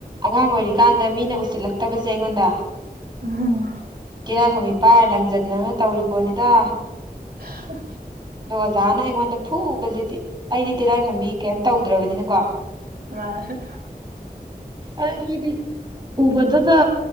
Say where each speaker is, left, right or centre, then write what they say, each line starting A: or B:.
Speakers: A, on the right (about 30°); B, on the right (about 80°).
A: ꯑꯉꯥꯡ ꯑꯣꯏꯔꯤꯀꯥꯟꯗ ꯃꯤꯅ ꯎꯁꯤꯜꯂꯛꯇꯕ ꯖꯦ ꯑꯩꯉꯣꯟꯗ
B: ꯎꯝ
A: ꯀꯤꯔꯥꯏꯈꯕꯤ ꯄꯥꯏꯔ ꯂꯪꯖꯟꯗꯅ ꯇꯧꯔꯤꯕꯔꯤꯕꯣꯅꯤꯗ
B: ꯎ
A: ꯑꯗꯣ ꯑꯣꯖꯥꯅ ꯑꯩꯉꯣꯟꯗ ꯐꯨꯕꯗꯨꯗꯤ ꯑꯩꯗꯤ ꯇꯦꯔꯥꯏꯈꯣꯝꯕꯤ ꯀꯩꯝ ꯇꯧꯗ꯭ꯔꯕꯅꯤꯅꯀꯣ
B: ꯑ
A: ꯑꯗꯤ ꯎꯕꯇꯇ